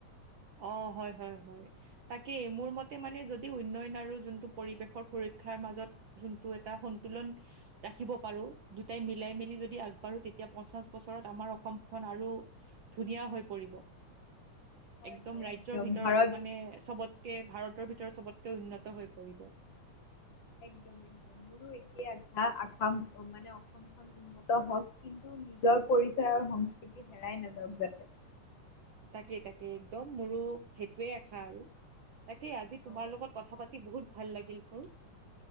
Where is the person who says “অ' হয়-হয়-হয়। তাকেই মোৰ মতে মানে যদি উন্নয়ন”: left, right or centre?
Right